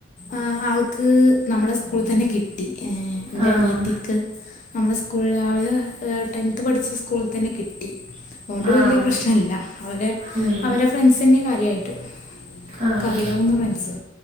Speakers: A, on the left; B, on the right.
A: ആ ആൾക്ക് നമ്മളെ സ്കൂളി തന്നെ കിട്ടി ഏന്റെ
B: ആഹ്
A: അനിയത്തിക്ക് നമ്മളെ സ്കൂളിലാള് ടെൻത് പഠിച്ച സ്കൂള് തന്നെ കിട്ടി അതുകൊണ്ട്
B: ആഹ്
A: വലൃ പ്രശ്നല്ല അവലെ
B: ഉം
A: അവരെ ഫ്രണ്ട്സന്നെ കാര്യായിട്ട്
B: ആഹ്
A: ഒക്കറിയാവുന്ന ഫ്രണ്ട്സ്